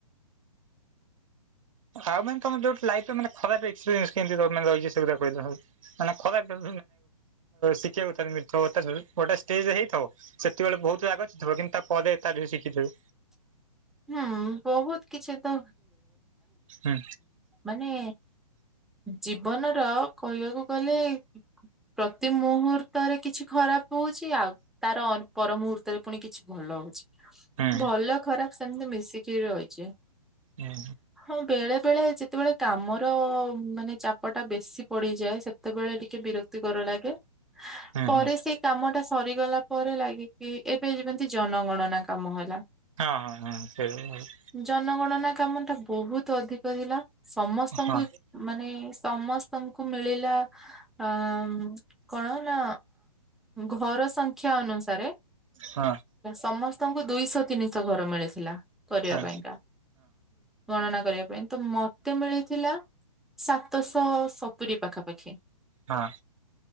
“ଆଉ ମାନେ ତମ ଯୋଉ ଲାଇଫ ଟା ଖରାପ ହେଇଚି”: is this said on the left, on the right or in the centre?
Right